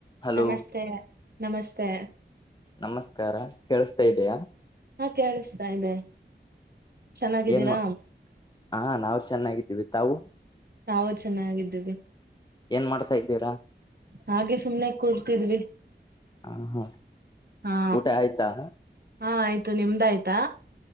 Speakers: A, on the left (about 25°); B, on the right (about 55°).
A: ಹಲೋ
B: ನಮಸ್ತೆ ನಮಸ್ತೆ
A: ನಮಸ್ಕಾರ ಕೇಳ <unintelligible>
B: ಹಾ ಕೇಳಿಸ್ತಾ ಇದೆ ಚೆನ್ನಾಗಿದ್ದೀರಾ
A: ಏನ್ ಹ ನಾವು ಚೆನ್ನಾಗಿದ್ದೀವಿ ತಾವು <unintelligible>
B: ನಾವು ಚೆನ್ನಾಗಿದ್ದವಿ.
A: ಏನ್ ಮಾಡ್ತಾ ಇದ್ದೀರಾ.
B: ಹಾಗೆ ಸುಮ್ನೆಾಗ ಕೂರ್ತಿದ್ವಿ
A: ಹಾ ಹಾ
B: ಹಾ
A: ಊಟ ಆಯ್ತಾ.
B: ಹಾ ಆಯ್ತು ನಿಮ್ದ ಆಯ್ತಾ.